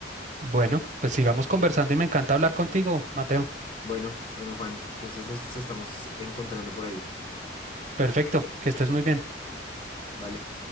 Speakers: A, on the right; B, on the left.
A: Bueno, pues sigamos conversando y me encanta hablar contigo, Mateo.
B: Bueno, bueno, Juan, entonces nos estamos encontrando por ahí.
A: Perfecto, que estés muy bien.
B: Vale.